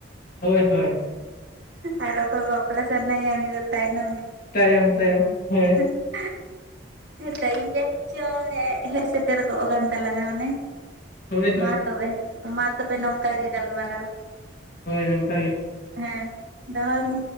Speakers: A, on the left; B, on the right.
A: ᱦᱳᱭ ᱦᱳᱭ᱾
B: ᱟᱨ ᱚᱠᱚᱭ ᱵᱟᱯᱞᱟ ᱥᱟᱱᱟᱭᱮᱭᱟ ᱩᱱᱤ ᱫᱚ ᱛᱟᱭᱱᱚᱢ
A: ᱛᱟᱭᱚᱢ ᱛᱟᱭᱚᱢ ᱦᱳᱭ
B: <unintelligible> ᱦᱮᱸ ᱴᱟᱭᱤᱢ ᱡᱟᱹᱱᱤᱡ ᱪᱚᱝ ᱦᱮᱡ, ᱦᱮᱡ ᱥᱮᱴᱮᱨ ᱜᱚᱜ ᱠᱟᱱ ᱛᱟᱞᱟᱝᱟ ᱚᱱᱮ᱾
A: ᱦᱳᱭ ᱦᱳᱭ
B: ᱢᱟ ᱛᱚᱵᱮ, ᱢᱟ ᱛᱚᱵᱮ ᱱᱚᱝᱠᱟ ᱜᱮ ᱜᱟᱞᱢᱟᱨᱟᱣ᱾
A: ᱦᱳᱭ ᱱᱚᱝᱠᱟ ᱜᱮ᱾
B: ᱦᱮᱸ ᱫᱚᱦᱚᱭ ᱢᱮ᱾